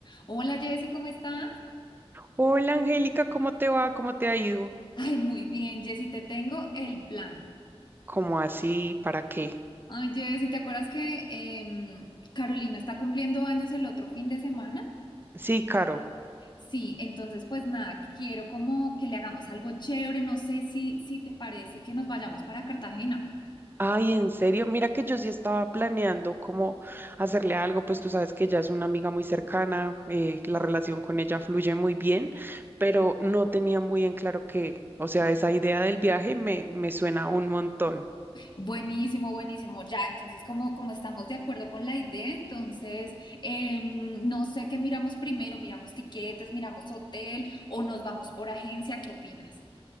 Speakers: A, on the left; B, on the right.
A: Hola Jessy, ¿cómo estás?
B: Hola Angélica, ¿cómo te va? ¿Cómo te ha ido?
A: Ay, muy bien, Jessy, te tengo el plan.
B: ¿Cómo así? ¿Para qué?
A: Ay, Jessy, ¿te acuerdas que em, Carolina está cumpliendo años el otro fin de semana?
B: Sí, Caro.
A: Sí, entonces pues nada, quiero como que le hagamos algo chévere, no sé si, si te parece que nos vayamos para Cartagena.
B: Ay, en serio, mira que yo sí estaba planeando cómo hacerle algo, pues tú sabes que ella es una amiga muy cercana, eh, la relación con ella fluye muy bien, pero no tenía muy en claro qué, o sea, esa idea del viaje me, me suena un montón.
A: Buenísimo, buenísimo, ya, entonces como, como estamos de acuerdo con la idea, entonces em, no sé qué miramos primero, miramos tiquetes, miramos hotel o nos vamos por agencia, ¿qué opinas?